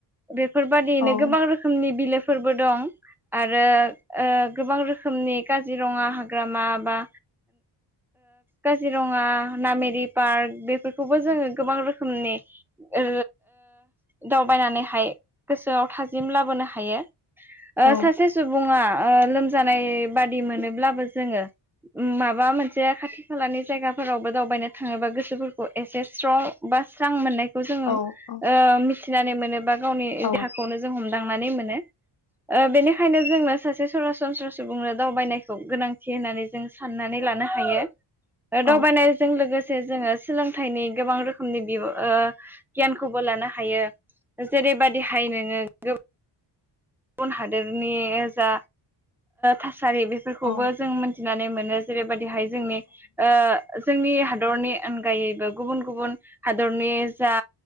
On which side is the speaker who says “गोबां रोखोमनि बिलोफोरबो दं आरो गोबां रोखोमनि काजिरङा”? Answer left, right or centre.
Centre